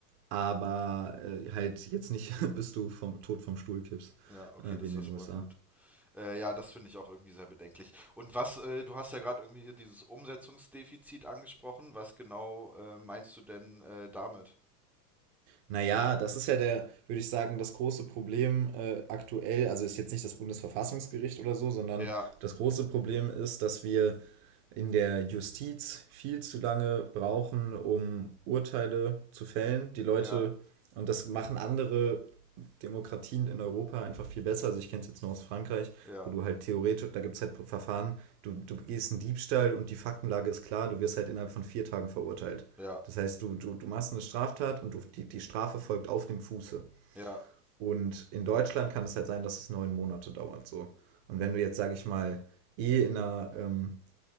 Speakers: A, on the right; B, in the centre.
A: aber äh, halt jetzt nicht, <laughs> bis du vom, Tod vom Stuhl kippst,
B: ja, okay,
A: äh,
B: das
A: wie in
B: ist
A: den
B: ja schon
A: USA.
B: mal gut. Äh, ja, das finde ich auch irgendwie sehr bedenklich. Und was, äh, du hast ja gerade irgendwie hier dieses Umsetzungsdefizit angesprochen. Was genau äh, meinst du denn äh, damit?
A: Naja, das ist ja der, würde ich sagen, das große Problem äh, aktuell. Also ist jetzt nicht das Bundesverfassungsgericht oder so, sondern
B: Ja,
A: das große Problem ist, dass wir in der Justiz viel zu lange brauchen, um Urteile zu fällen. Die Leute,
B: ja,
A: und das machen andere Demokratien in Europa einfach viel besser. Also ich kenne es jetzt nur aus Frankreich,
B: ja,
A: wo du halt theoretisch, da gibt es halt Verfahren, du, du begehst einen Diebstahl und die Faktenlage ist klar, du wirst halt innerhalb von vier Tagen verurteilt.
B: ja,
A: Das heißt, du, du, du machst eine Straftat und du, die, die Strafe folgt auf dem Fuße.
B: ja,
A: Und in Deutschland kann es halt sein, dass es neun Monate dauert so. Und wenn du jetzt, sag ich mal, eh in einer ähm,